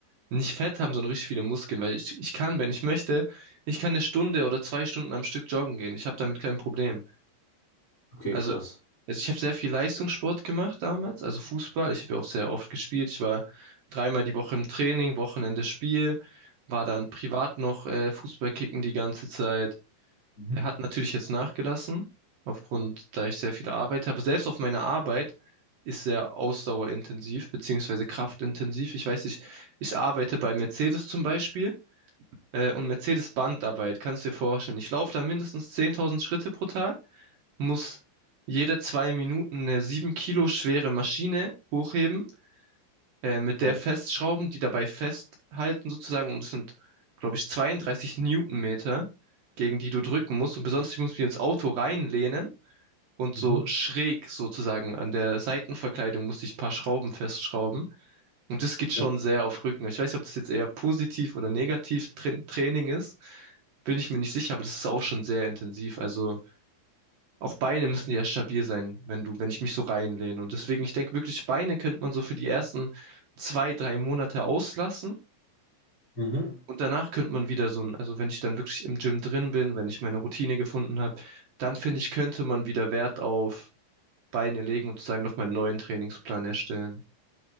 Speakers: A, on the right (about 65°); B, on the left (about 20°).
A: nicht Fett haben, sondern richtig viele Muskeln, weil ich, ich kann, wenn ich möchte, ich kann eine Stunde oder zwei Stunden am Stück joggen gehen. Ich habe damit kein Problem.
B: Okay,
A: Also,
B: krass.
A: also ich habe sehr viel Leistungssport gemacht damals, also Fußball. Ich habe ja auch sehr oft gespielt. Ich war dreimal die Woche im Training, Wochenende Spiel, war dann privat noch äh, Fußball kicken die ganze Zeit.
B: Mhm.
A: Er hat natürlich jetzt nachgelassen, aufgrund, da ich sehr viel arbeite, aber selbst auf meiner Arbeit ist sehr ausdauerintensiv, beziehungsweise kraftintensiv. Ich weiß nicht, ich arbeite bei Mercedes zum Beispiel, äh, und Mercedes Bandarbeit, kannst du dir vorstellen. Ich laufe da mindestens 10.000 Schritte pro Tag, muss jede zwei Minuten eine sieben Kilo schwere Maschine hochheben äh, mit der
B: Okay.
A: festschrauben, die dabei festhalten sozusagen. Und es sind, glaube ich, 32 Newtonmeter, gegen die du drücken musst. Und besonders, ich muss mich ins Auto reinlehnen und
B: Mhm.
A: so schräg sozusagen an der Seitenverkleidung musste ich ein paar Schrauben festschrauben. Und das geht schon
B: Ja,
A: sehr auf Rücken. Ich weiß nicht, ob das jetzt eher positiv oder negativ Tra Training ist. Bin ich mir nicht sicher, aber das ist auch schon sehr intensiv. Also auch Beine müssen ja stabil sein, wenn du, wenn ich mich so reinlehne. Und deswegen, ich denke wirklich, Beine könnte man so für die ersten zwei, drei Monate auslassen.
B: Mhm.
A: Und danach könnte man wieder so ein, also wenn ich dann wirklich im Gym drin bin, wenn ich meine Routine gefunden habe, dann finde ich, könnte man wieder Wert auf Beine legen und sozusagen nochmal einen neuen Trainingsplan erstellen.